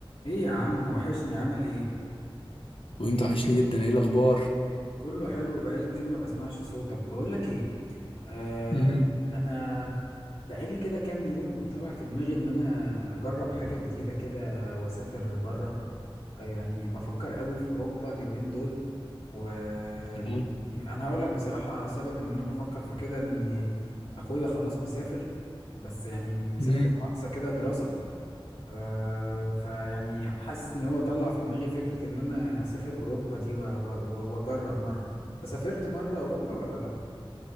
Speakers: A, on the left; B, on the left.
A: ايه يا عم وحشني عامل ايه
B: وانت وحشني جدا ايه الاخبار
A: كله حلو بقالي كتير ما بسمعش صوتك بقولك ايه آه
B: امم
A: انا بقالي كده كام يوم طلع في دماغي ان انا اجرب حاجة جديدة كده واسافر بره آه يعني بفكر قوي في اوروبا اليومين دول ويعني
B: تمام.
A: انا هقولك بصراحة سبب ان انا بفكر في كده اني اخويا خلاص مسافر بس يعني مسافر
B: امم
A: فرنسا كده دراسة آه فيعني حاسس ان هو طلع في دماغي فكرة ان انا اسافر اوروبا دي و- و- و- واجرب مرة انت سافرت مرة اوروبا ولا لا